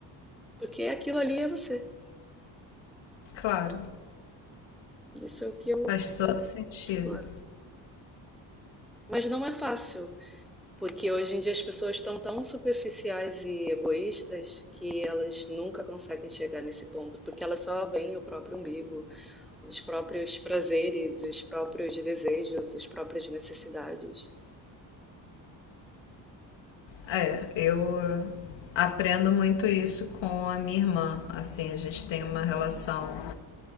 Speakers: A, in the centre; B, on the left (about 70°).
A: porque aquilo ali é você.
B: claro.
A: Isso é o que eu
B: Faz todo sentido.
A: acho agora. Mas não é fácil. Porque hoje em dia as pessoas estão tão superficiais e egoístas que elas nunca conseguem chegar nesse ponto, porque elas só veem o próprio umbigo, os próprios prazeres, os próprios desejos, as próprias necessidades.
B: É, eu aprendo muito isso com a minha irmã. Assim, a gente tem uma relação